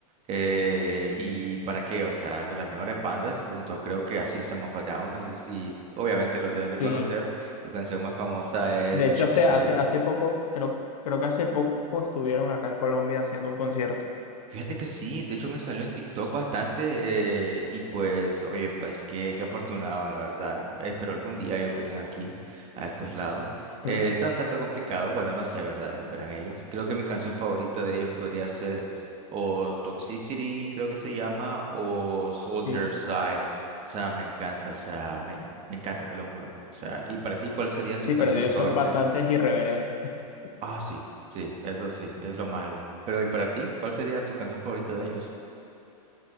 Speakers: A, on the right; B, on the left.
A: eh, y para qué, o sea, de las mejores bandas, junto creo que a System of a Down, no sé si obviamente los debes de conocer,
B: Sí.
A: su canción más famosa es
B: De hecho,
A: Chop
B: hace,
A: Suey.
B: hace, hace poco, creo, creo que hace poco estuvieron acá en Colombia haciendo un concierto.
A: Fíjate que sí, de hecho me salió en TikTok bastante eh, y pues, oye, pues qué, qué afortunados, la verdad. Espero algún día ellos vengan aquí, a estos lados. Eh,
B: Mm.
A: está un tanto complicado, bueno, no sé, ¿verdad? Verán ellos. Creo que mi canción favorita de ellos podría ser o Toxicity, creo que se llama, o Soldier
B: Sí.
A: Side. O sea, me encanta, o sea, me, me encanta, te lo juro. O sea, ¿y para ti cuál sería tu
B: Sí,
A: canción
B: pero ellos
A: favorita?
B: son bastantes irreverentes. <laughs>
A: Ah, sí, sí, eso sí, es lo malo. Pero ¿y para ti? ¿Cuál sería tu canción favorita de ellos?